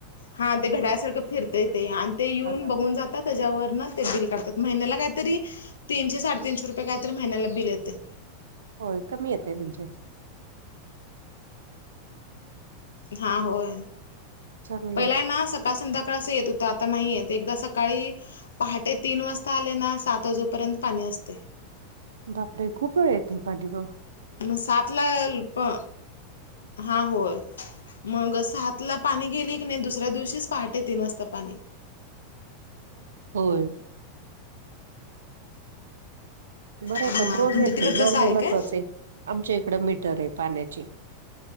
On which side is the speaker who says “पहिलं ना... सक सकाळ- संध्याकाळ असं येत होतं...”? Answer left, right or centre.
Left